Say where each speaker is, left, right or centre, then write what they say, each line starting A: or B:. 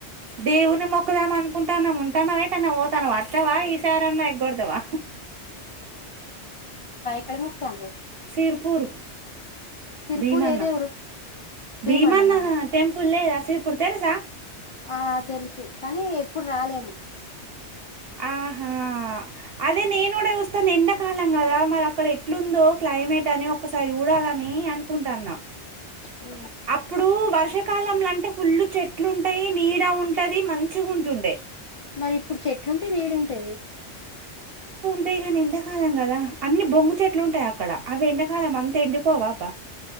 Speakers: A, on the right; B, on the left.
A: దేవుని మొక్కుదామ అనుకుంటు ఉంటన్నం ఉంటాన్నవా యేటన్న పోతన్నవా అస్తవా ఇ ఈసారన్నా ఎగ్ గోడతవా
B: ఎడ ముగక్తాు
A: సిర్ పూర్
B: సిరిపూర్
A: భీమాన్నా
B: ఏ దేవుడు భీమన్ననా
A: భీమాన్నా టెంపుల్ లేద సీపుడు తెలుసా
B: ఆ తెలుసు కానీ ఎప్పుడు రాలేను
A: ఆహా అదే నేను కూడా చూస్తా ఎండాకాలం కదా మరి అక్కడ ఎట్లుందో క్లైమేట్ అని ఒక్కసారి జూడాలని అనుకుంటున్న
B: ఉ
A: అప్పుడు వర్షాకాలంల అంటే ఫుల్లు చెట్లుంటాయి నీడ ఉంటది మంచిగా ఉంటుండే
B: మరి ఇప్పుడు చెట్లుంటే నేడు ఉంటది
A: అంతేగాని ఎండాకాలం గదా అన్ని బొంగు చెట్లు ఉంటాయి అక్కడ అవి ఎండాకాలం అంత ఎండిపోవా అబ్బా